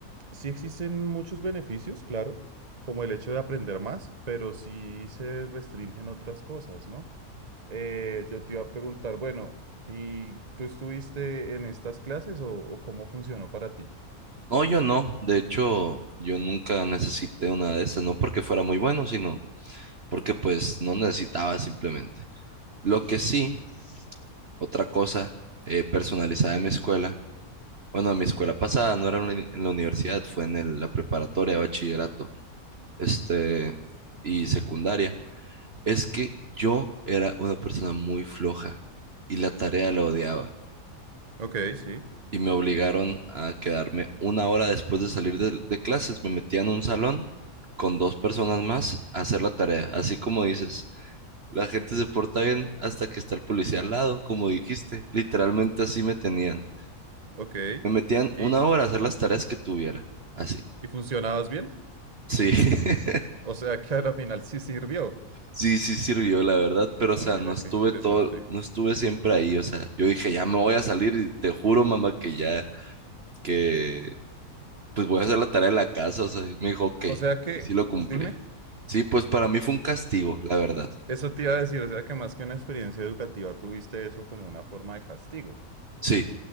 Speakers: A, on the right; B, on the right.
A: sí existen muchos beneficios, claro, como el hecho de aprender más, pero sí se restringen otras cosas, ¿no? Eh, yo te iba a preguntar, bueno, ¿y tú estuviste en estas clases o, o cómo funcionó para ti?
B: No, yo no. De hecho, yo nunca necesité una de esas, no porque fuera muy bueno, sino porque pues no necesitaba simplemente. Lo que sí, otra cosa eh, personalizada en mi escuela, bueno, en mi escuela pasada no era en la uni- en la universidad, fue en el- la preparatoria, bachillerato, este, y secundaria, es que yo era una persona muy floja y la tarea la odiaba.
A: Ok, sí,
B: y me obligaron a quedarme una hora después de salir de, de clases. Me metía en un salón con dos personas más a hacer la tarea. Así como dices, la gente se porta bien hasta que está el policía al lado, como dijiste. Literalmente así me tenían.
A: ok.
B: Me metían
A: ¿Y,
B: una hora a hacer las tareas que tuviera. Así.
A: y funcionabas bien?
B: Sí, <laughs>
A: O sea que a la final sí sirvió.
B: sí, sí sirvió, la verdad, pero
A: Ah,
B: o sea,
A: mira
B: no estuve
A: qué interesante.
B: todo, no estuve siempre ahí, o sea, yo dije, ya me voy a salir y te juro, mamá, que ya, que pues voy a hacer la tarea de la casa, o sea, y me dijo, ok,
A: O sea que,
B: y sí lo cumplí.
A: dime,
B: Sí, pues para mí fue un castigo, la verdad.
A: eso te iba a decir, o sea que más que una experiencia educativa tuviste eso como una forma de castigo.
B: Sí,